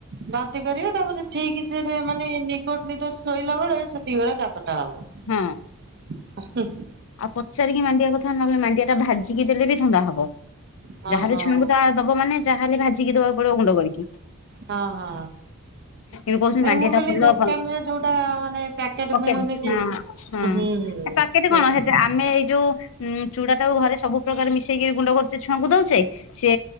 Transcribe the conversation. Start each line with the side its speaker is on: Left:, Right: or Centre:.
Right: ବାନ୍ତି କରିବ ତାପରେ ଠିକ ସେ ମାନେ ନିକଟ ନିକଟ ଶୋଇଲା ବେଳେ ସେତିକି ଭଳେ କାଶଟା ହବ।
Left: ହଁ
Right: <unintelligible>
Left: ଆଉ ପଚାରିକି ମାଣ୍ଡିଆ କଥା ନହେଲେ ମାଣ୍ଡିଆ ଟା ଭାଜିକି ଦେଲେ ବି ଥଣ୍ଡା ହବ।
Right: ହଁ
Left: ଯାହେଲେ
Right: ହଁ।
Left: ଛୁଣବୁ ତାହା ଦବ ମାନେ ଯାହା ହେଲେ ଭାଜିକି ଦେବାକୁ ପଡିବ ଗୁଣ୍ଡ କରିକି।
Right: ହଁ ହଁ।
Left: କିନ୍ତୁ କହୁଛନ୍ତି
Right: ଏ
Left: ମାଣ୍ଡିଆ
Right: ମୁଁ
Left: ଟା
Right: କହିଲି
Left: ଭଲ
Right: ଦୋକାନରେ
Left: ଭଲ
Right: ଯୋଉଟା ମାନେ ପ୍ୟାକେଟ
Left: ପକେଟ
Right: ମିଳୁନି
Left: ହଁ
Right: କି।
Left: ହଁ
Right: ହୁଁ ହୁଁ
Left: ପାକେଟ
Right: ସେଇ
Left: କଣ
Right: କଥା
Left: ହେଟା ଆମେ ଏଇ ଯୋଉ ଉ ଚୁଡା ଟାକୁ ଘରେ ସବୁ ପ୍ର୍ରକାର ମିଶେଇକି ଗୁଣ୍ଡ କରୁଛେ ଛୁଆଙ୍କୁ ଦଉଛେ। ସେ